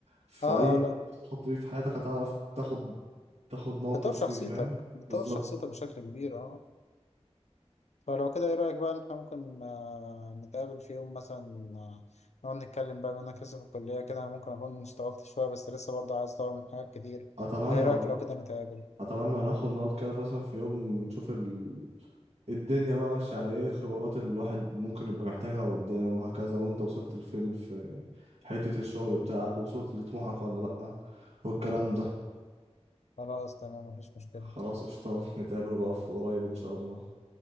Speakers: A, on the right (about 75°); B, on the left (about 85°).
A: في
B: اه
A: اي
B: آه، لا
A: موقف تتحط فيه في حياتك هتعرف تاخد تاخد موقف
B: بتطور شخصيتك
A: فيه فاهم
B: بتطور
A: بالظبط
B: شخصيتك بشكل كبير اه فلو كده ايه رأيك بقى إن احنا ممكن آه نتقابل في يوم مثلا آه، نقعد نتكلم بقى بما انك لسه في الكلية كده ممكن اكون اشتغلت شوية بس لسه برضه عايز اطور من حاجات كتير
A: اتمنى
B: فايه رأيك
A: والله
B: لو كده نتقابل
A: اتمنى ناخد نقعد كده مثلا في يوم نشوف ال... الدنيا بقى ماشيه على ايه الخبرات اللي الواحد ممكن يبقى محتاجها قدام وهكذا وانت وصلت لفين في حته الشغل بتاعك ووصلت لطموحك ولا لا والكلام ده
B: خلاص تمام مفيش مشكلة
A: خلاص قشطه نتقابل بقى في قريب ان شاء الله